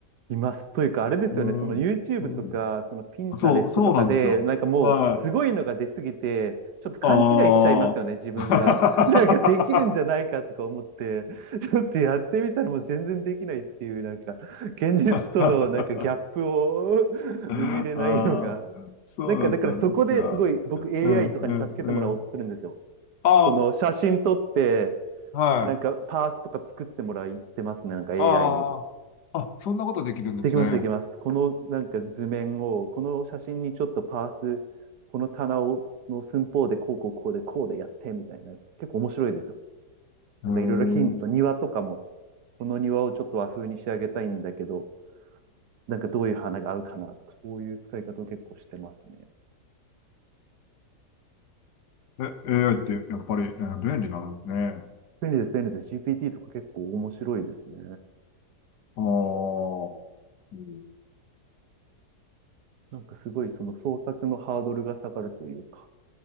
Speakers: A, on the right; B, on the left.
A: います。というか、あれですよね、
B: うん、
A: その YouTube
B: うん、
A: とか、その Pinterest
B: そう、そうなんですよ。
A: とかで、なんかもう、
B: はい。
A: すごいのが出すぎて、ちょっと勘違いしちゃいますよね、
B: ああ。
A: 自分が。<laughs> なんかできるんじゃないかとか思って、ちょっとやってみたらもう全然できないっていう、なんか、現実とのなんかギャップを
B: <laughs>
A: <laughs>
B: <laughs> ああ、
A: 埋めれないのが
B: そうだったんですが。
A: なんか、だからそこですごい僕 AI
B: うん、
A: とかに助けてもらおうとするんですよ。
B: うん、うん。あ
A: この写真撮って、
B: あ、はい。
A: なんかパーツとか作ってもらってますね、なんか
B: ああ、
A: AI に。
B: あ、そんなことできるんですね。
A: できます、できます。このなんか図面を、この写真にちょっとパース、この棚をの寸法でこうこうこうでこうでやってみたいな。結構面白いですよ。
B: へー
A: なんかいろいろヒント、庭とかも、この庭をちょっと和風に仕上げたいんだけど、なんかどういう花が合うかなとか、そういう使い方を結構してますね。
B: え、AI ってやっぱり、えー便利なんですね。
A: 便利です、便利です。GPT とか結構面白いですね。
B: ああ、うん
A: なんかすごいその創作のハードルが下がるというか、